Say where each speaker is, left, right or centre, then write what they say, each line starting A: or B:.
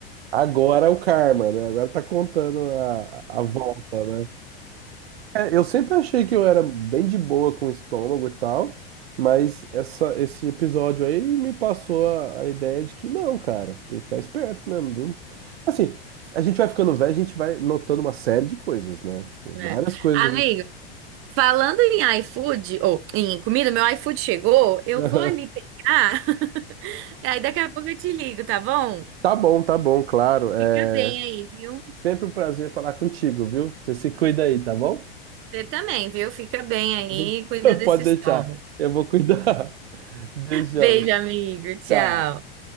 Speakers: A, on the right; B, on the right.
A: Agora é o karma, né? Agora tá contando a, a volta, né? É, eu sempre achei que eu era bem de boa com o estômago e tal, mas essa, esse episódio aí me passou a, a ideia de que não, cara, tem que ficar esperto mesmo, viu? Assim, a gente vai ficando velho, a gente vai notando uma série de coisas, né? Tipo,
B: É.
A: várias coisas.
B: Amigo.
A: a gente-
B: Falando em iFood, ou em comida, meu iFood chegou, eu
A: <laughs>
B: vou ali pegar. <laughs> Aí daqui a pouco eu te ligo, tá bom?
A: Tá bom, tá bom, claro. É,
B: Fica bem aí, viu?
A: Sempre um prazer falar contigo, viu? Você se cuida aí, tá bom?
B: Você também, viu? Fica bem
A: <laughs>
B: aí, cuida
A: Então,
B: desse
A: pode
B: estômago.
A: deixar. Eu vou cuidar. <laughs> Beijão.
B: Beijo, amigo. Tchau.
A: Tchau.